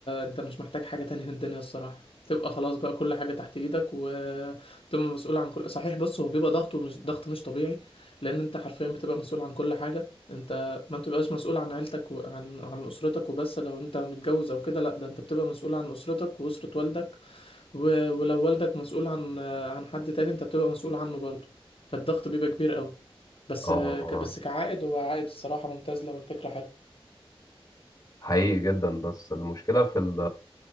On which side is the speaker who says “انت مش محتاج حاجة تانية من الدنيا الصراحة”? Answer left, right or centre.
Left